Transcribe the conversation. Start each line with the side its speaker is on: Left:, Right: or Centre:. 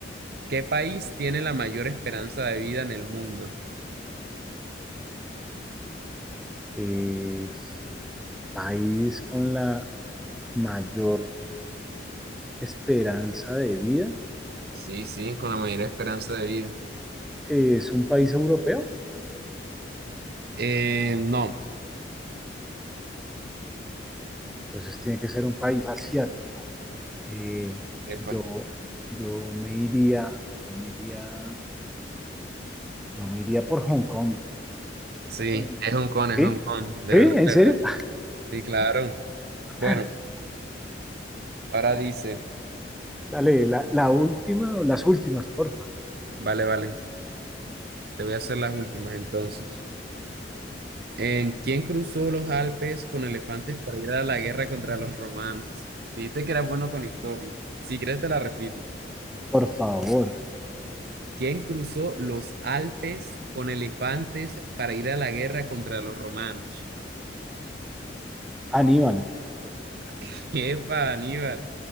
Right: ¿Qué país tiene la mayor esperanza de vida en el mundo?
Centre: Eh, país con la mayor esperanza de vida.
Right: Sí, sí, con la mayor esperanza de vida.
Centre: eh, es un país europeo,
Right: Eh, no,
Centre: entonces tiene que ser un país asiático. Eh,
Right: epa,
Centre: yo, yo me iría, yo me iría, yo me iría por Hong Kong.
Right: sí,
Centre: Eh,
Right: es un con, es
Centre: ¿Qué?
Right: un con, de
Centre: ¿Sí?
Right: verdad,
Centre: ¿En
Right: de
Centre: serio?
Right: verdad. Sí, claro. Bueno,
Centre: <laughs>
Right: ahora dice,
Centre: Dale, la, la última o las últimas, porfa.
Right: vale, vale, te voy a hacer las últimas entonces. ¿En quién cruzó los Alpes con elefantes para ir a la guerra contra los romanos? Dijiste que eras bueno con historia. Si quieres te la repito.
Centre: Por favor,
Right: ¿Quién cruzó los Alpes con elefantes para ir a la guerra contra los romanos?
Centre: Aníbal.
Right: <laughs> Epa, Aníbal.